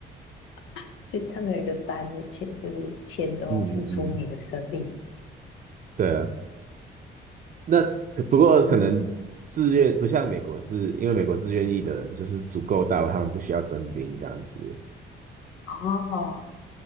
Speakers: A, on the left; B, on the right.
A: <laughs> 就他们有一个单，就签就是签之后付出你的生命。
B: <laughs> 嗯嗯嗯，对啊，那不过可能自愿不像美国是，
A: 嗯，
B: 因为美国自愿役的人就是足够大，他们不需要征兵这样子。
A: 哦，